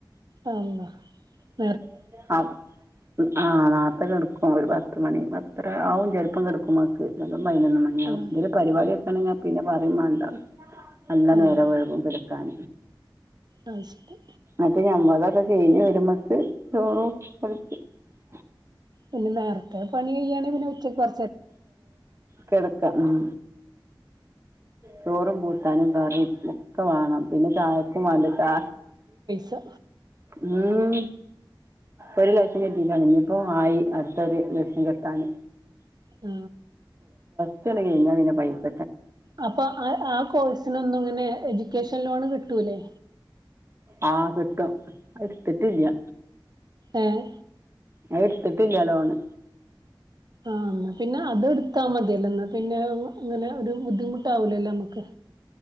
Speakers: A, on the right (about 55°); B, on the right (about 30°).
A: ആ
B: <unintelligible>
A: <unintelligible>
B: ആ നാർത്തെ കെടക്കും ഒരു പത് പത്ത് മണി പത്ര ആവും ചെലപ്പം കെടുകുമെക് <unintelligible> പതിനൊന്നു മണി ആവും
A: ആഹ്
B: എന്തേലും രു പരിപാടിക്കെ <unintelligible> പിന്നെ പറിം മാണ്ട നല്ല
A: ആഹ്
B: നേരം വൈകും കട്ക്കാൻ
A: അത് ശരി
B: അത്‌ ഞമ്മൾ അതൊക്കെ എയിഞ്ഞി വരുമ്മക് <unintelligible>
A: പിന്നെ നേരത്തെ പണി കയ്യാണേൽ പിന്നെ ഉച്ചക്ക് ഒ
B: കിടക്ക ഉം ചോറും കൂട്ടാനും കറി കെ ഒക്കെ വാണം പിന്നെ ചായക്കും വേണ്ട ചാ
A: ത്ത
B: ഉം.. ഒരു <unintelligible> ഇനി പ്പോ ആയി അടുത്തൊരു <unintelligible> കെട്ടാന്
A: ആ
B: <unintelligible> പൈസ
A: അപ്പൊ ആ ആ കോഴ്സിനൊന്നും ഇങ്ങനെ എജു ക്കേഷൻ ലോണ് കിട്ടൂലേ
B: ആഹ് കിട്ടും എടുത്തിട്ടില്യ
A: ഏഹ്
B: അത് എടുത്തിട്ടില്യ ലോണ്
A: ആ എന്നാ പിന്നെ അതെടുത്താ മതിയല്ലോ എന്നാ പിന്നെ അങ്ങനെ ഒരു ബുദ്ധിമുട്ടാവുല്ലല്ലോ നമ്മക്ക്